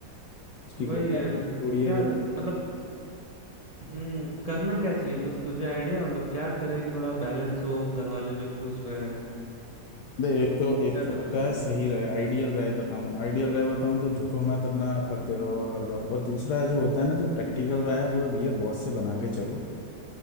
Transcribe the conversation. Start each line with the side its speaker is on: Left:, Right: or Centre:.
Left: उसकी
Right: वही
Left: कोई गारंटी
Right: है
Left: थोड़ी है
Right: क्या
Left: कि
Right: मतलब हम्म करना क्या चाहिए कुछ तुझे आइडिया मतलब क्या करें कि थोड़ा बैलेंस हो घर वाले भी खुश रहें
Left: दे एक तो एक
Right: क्या करना
Left: तो होता
Right: चाहिए
Left: है सही राय आइडियल राय बताऊं आइडियल राय बताऊं तो झुको मत अपना करते रहो और अड़ जाओ और दूसरा जो होता है ना जो प्रैक्टिकल राय है वो है भैया बॉस से बना के चलो